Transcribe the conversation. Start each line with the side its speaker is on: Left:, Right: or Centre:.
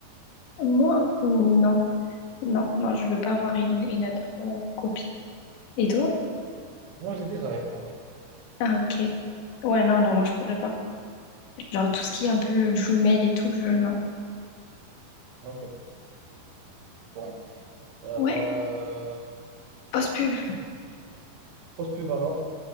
Left: Moi? Non. Non, non, je veux pas avoir une, une autre euh, copie. Et toi?
Right: Moi, j'ai déjà répondu.
Left: Ah, ok. Ouais, non, non, moi je pourrais pas. Genre tout ce qui est un peu jumelle et tout, je... Non.
Right: Ok. Bon. Euh,
Left: Ouais.
Right: bah, euh,
Left: Pause pub.
Right: pose pub alors.